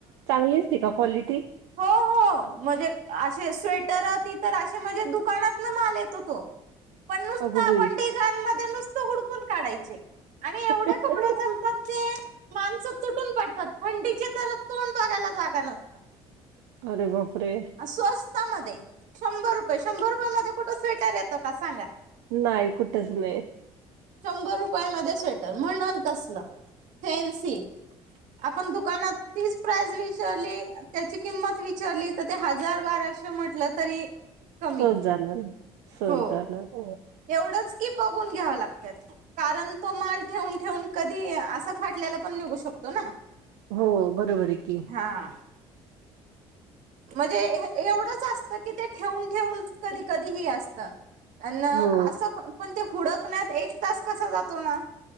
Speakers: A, on the right; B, on the right.
A: चांगली असते का क्वालिटी
B: हो हो म्हणजे असे स्वेटर ते तर असे म्हणजे दुकानात ना माल येतो तो. पण
A: अग
B: आपण
A: बाई.
B: ढिगान मध्ये नुसत हुडकून काढायचे आणि
A: कठ <unintelligible>
B: पडतात ते माणस तुटून पडतात थंडीचे तर तोंड बघायला जागा नसतात.
A: अरे बापरे.
B: स्वस्तमध्ये शंभर रुपये, शंभर रुपयामध्ये कुठे स्वेटर येतो का सांगा?
A: नाय कुठच नाय.
B: शंभर रुपयामध्ये स्वेटर म्हणल तसल फॅनसी. आपण दुकानात तीच प्राइस विचारली त्याची किंमत विचारली तर ते हजार बाराशे म्हटलं तरी कमी
A: सहज जाणार आहे, सहज
B: हो
A: जाणार हो.
B: एवढंच की बघून घ्यावं लागत्यात. कारण तो माल ठेवून, ठेवून कधी असा फाटल्याला पण निघू शकतो ना.
A: हो बरोबर आहे की.
B: हां. म्हणजे एवढंच असत की ते ठेवून, ठेवून कधी, कधी ही असतं. अन असं
A: हो
B: पण, पण ते हुडकण्यात एक तास कसा जातो ना